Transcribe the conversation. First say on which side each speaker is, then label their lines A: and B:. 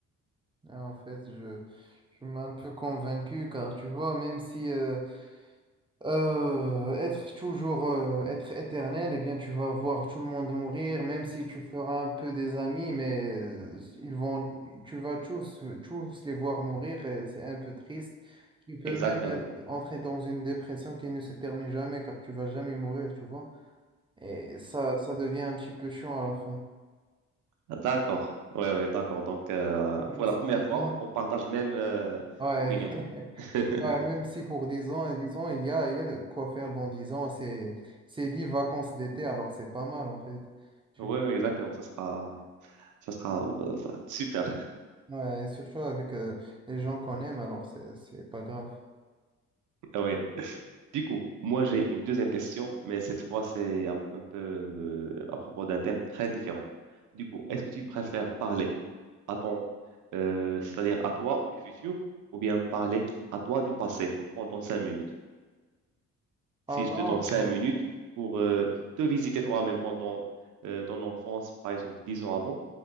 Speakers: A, on the right; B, on the right.
A: Ah, En fait, je, tu m'as un peu convaincu, car tu vois, même si euh, Euh, être toujours, euh, être éternel, eh bien, tu vas voir tout le monde mourir, même si tu feras un peu des amis, mais euh, ils vont, tu vas tous, tous les voir mourir et c'est un peu triste. Tu peux
B: Exactement.
A: même être- entrer dans une dépression qui ne se termine jamais car tu vas jamais mourir, tu vois. Et ça, ça devient un petit peu chiant à la fin.
B: Ah, D'accord. Ouais, ouais, d'accord. Donc, euh,
A: Même
B: pour
A: si,
B: la première
A: disons,
B: fois, on partage la même euh,
A: ouais.
B: opinion.
A: <laughs>
B: <laughs>
A: Ouais, même si pour 10 ans, 10 ans, il y a, il y a de quoi faire dans 10 ans, c'est, c'est 10 vacances d'été, alors c'est pas mal en fait. Tu-
B: Oui, oui, exactement. Ça sera, ça sera euh, ça- super.
A: ouais, et surtout avec euh, les gens qu'on aime, alors c'est, c'est pas grave.
B: Oui. Du coup, moi, j'ai une deuxième question, mais cette fois, c'est un, un peu euh, à propos d'un thème très différent. Du coup, est-ce que tu préfères parler à ton, euh, c'est-à-dire à toi du futur, ou bien parler à toi du passé pendant cinq minutes?
A: Alors,
B: Si je te donne cinq
A: euh,
B: minutes pour euh, te visiter toi-même pendant euh, ton enfance, par exemple, dix ans avant,